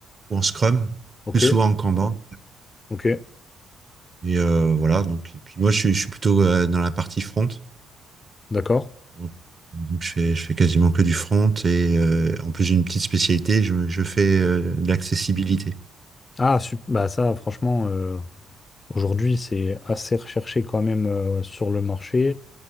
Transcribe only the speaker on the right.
ou en Scrum,
plus souvent en Kanban.
Et euh, voilà, donc et puis moi, je suis, je suis plutôt euh, dans la partie front.
Donc, donc je fais, je fais quasiment que du front et euh, en plus j'ai une petite spécialité, je, je fais euh, de l'accessibilité.